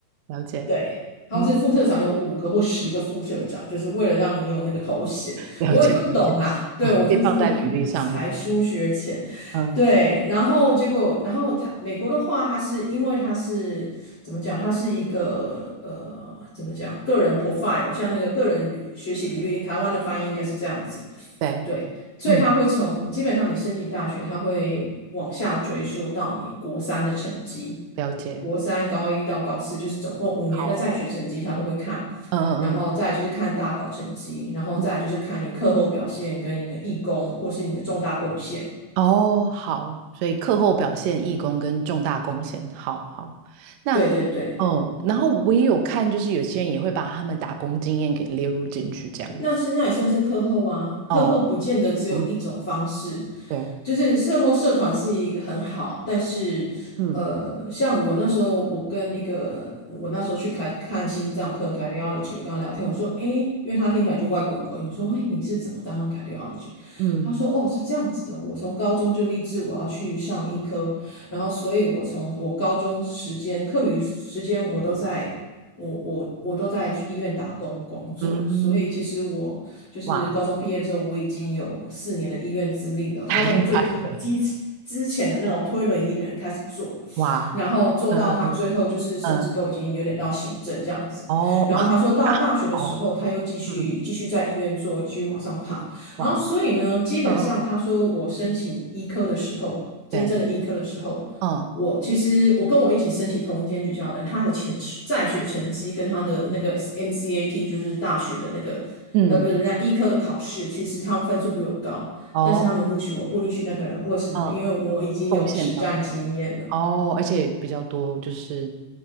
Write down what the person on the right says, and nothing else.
了解，
嗯，
了解了解，
哦，
可以放在履历上的，嗯，
对。
嗯。
了解。
好
哦，
嗯嗯
嗯，哦，好，所以课后表现、义工跟重大贡献，好好。那，
嗯，然后我也有看，就是有些人也会把他们打工经验给列入进去，这样子。
哦，嗯，对，
嗯
嗯
嗯
嗯，
哇，
太厉害了，哇，
嗯嗯嗯，哦，
哇，哦，
嗯
嗯，哇，
嗯嗯嗯，
对，嗯
嗯
嗯，
哦，
嗯，
贡献到。哦，而且比较多，就是